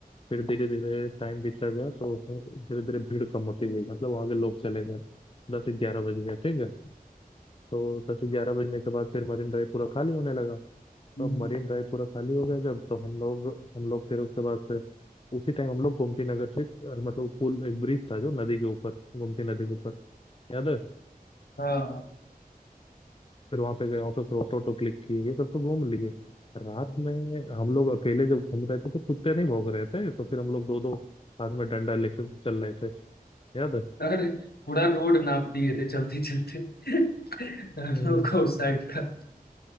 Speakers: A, on the left; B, on the left.
A: फिर धीरे धीरे टाइम बीतता गया तो धीरे धीरे भीड़ कम होती गई मतलब वहाँ के लोग चले गए दस ग्यारह बज गया ठीक है तो दस ग्यारह बजने के बाद फिर मरीन ड्राइव पूरा खाली होने लगा तो
B: हम्म,
A: अब मरीन ड्राइव पूरा खाली हो गया जब तो हम लोग हम लोग फिर उसके बाद से उसी टाइम हम लोग गोमती नगर से अ, मतलब पुल एक ब्रिज था जो नदी के ऊपर गोमती नदी के ऊपर याद है
B: हाँ
A: फिर वहां पे गए वहां पे फोटो वोटो क्लिक किए ये सब तो घूम लिए रात में हम लोग अकेले जब घूम रहे थे तो कुत्ते नहीं भौंक रहे थे तो फिर हम लोग दो दो हाथ में डंडा लेकर चल रहे थे याद है
B: अरे पूरा रोड नाप दिए थे चलते चलते हम
A: हम्म
B: लोग को उस साइड का